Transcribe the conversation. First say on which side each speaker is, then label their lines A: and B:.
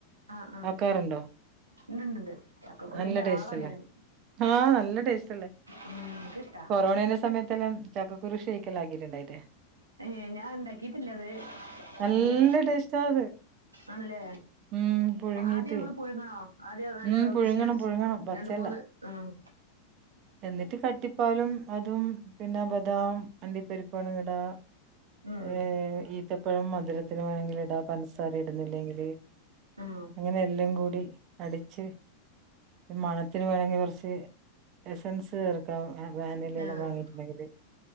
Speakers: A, on the right; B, on the right.
A: ആഹ് ആഹ്
B: ആക്കാറുണ്ടോ
A: ഇണ്ട് ഇണ്ട്ണ്ട് ചക്കക്കുരുന്റെ
B: നല്ല ടേസ്റ്റ്
A: ആള
B: അല്ലേ
A: ഞാന്
B: ആഹ് നല്ല ടേസ്റ്റ് അല്ലേ
A: ഉം, എനിക്കിഷ്ടാ
B: കൊറോണെന്റെ സമയത്തെല്ലം ചക്കക്കുരു ഷെയ്ക്കെല്ലാ ആക്കിറ്റിണ്ടായിറ്റെ?
A: ഏഹ് ഞാൻ ഉണ്ടാക്കിട്ടില്ലത് അത്
B: നല്ല
A: പിന്നെ
B: ടേസ്റ്റാ അത്
A: ആണ് ലെ
B: ഉം പുഴുങ്ങീട്ട്
A: ആദ്യം നമ്മൾ പുഴുങ്ങണോ? ആദ്യം നല്ല
B: ഉം പുഴുങ്ങണം
A: വിസിലടിച്ച്
B: പുഴുങ്ങണം പച്ചല്ല
A: രണ്ട് മൂന്ന് ആഹ്
B: എന്നിട്ട് കട്ടിപ്പാലും അതും പിന്ന ബദാം അണ്ടിപ്പരിപ്പ് വാണങ്കി ഇടാ
A: ഉം,
B: ഏഹ് ഈത്തപ്പഴം മധുര ത്തിന് വേണെങ്കിൽ ഇടാ പൻസാര ഇടുന്നില്ലെങ്കില്
A: ഉം.
B: അങ്ങനെ എല്ലം കൂടി അടിച്ച് മണത്തിന് വേണേങ്കി കൊർച്ച് എസൻസ് ചേർക്കാം വാനിലെല്ലാം
A: ആഹ്
B: വാങ്ങിയിട്ടുണ്ടെങ്കില്